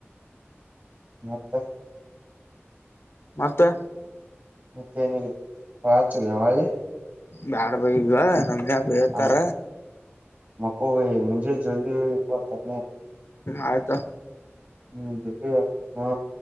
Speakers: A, on the right; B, on the left.
A: ಮತ್ತ
B: ಮತ್ತೆ
A: ತ್ತನ ಬ ಚಲ್ನೆವೆ
B: ಬ್ಯಾಡ ಬ ಈಗ ನಮನ್ೇತಾರ
A: ಆ ಮಕ್ಕೋ ವೆಯಿ ಮುಜೆ ಜಲ್ದಿ ವೇೇಳಿಪ್ಪ ತ
B: ಆಯ್ತಾ
A: ಹ್ಮ್ ಹಾ